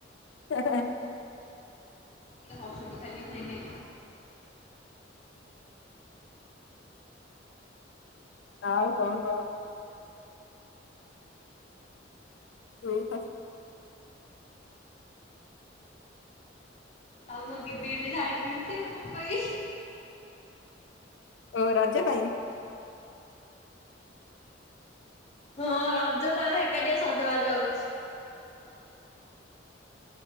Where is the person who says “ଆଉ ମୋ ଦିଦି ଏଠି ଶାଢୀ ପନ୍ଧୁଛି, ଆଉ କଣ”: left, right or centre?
Left